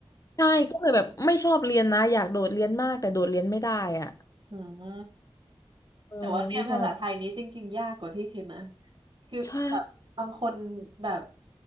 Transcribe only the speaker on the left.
ใช่ก็เลยแบบไม่ชอบเรียนนะอยากโดดเรียนมากแต่โดดเรียนไม่ได้อ่ะ
เออวิชาแบบ
ใช่